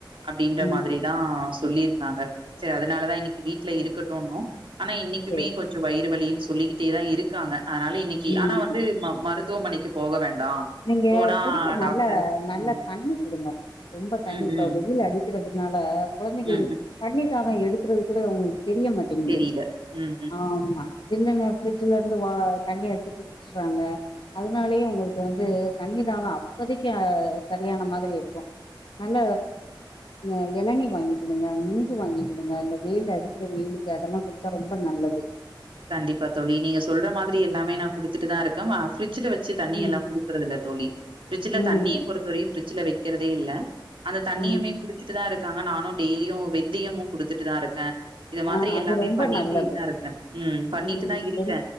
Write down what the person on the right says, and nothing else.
அப்டீன்ற
மாதிரிதா சொல்லிருந்தாங்க சேரி அதனாலதா இன்னைக்கு வீட்ல இருக்கட்டூனோ ஆனா இன்னைக்குமே
கொஞ்சோ வயிறு வலின் சொல்லிக்கிட்டேதா இருக்காங்க அதனால இன்னைக்கு
ஆனா வந்து ம மருத் துவமனைக்கு போக வேண்டா
போனா
டாக்டர்
ம்
ம்,
ம்,
ம், ம்.
தெரியல. ம். ம்.
கண்டிப்பா தோழி நீங்க சொல்ற மாதிரி எல்லாமே நா குடுத்துட்டுதா இருக்க வ ஃப்ரிட்ஜ்ல வச் ட்ஜ் தண்ணி
எல்லா குடுக்குறதில்ல தோழி ஃப்ரிட்ஜ்ல
தண்ணிய பொறுத்த வரையும் பிரிட்ஜ்ல வைக்கறதே இல்ல அந்த தண்ணியுமே
குடிச்சுட்டுதா இருக்காங்க நானு டெய்லியு வெந்தியமு குடுத்துட்டுதா இருக்க இதெ மாதிரி
எல்லாமே
பண்ணிட்டியேதா
இருக்க ம் பண்ணிட்டுதா
இருக்க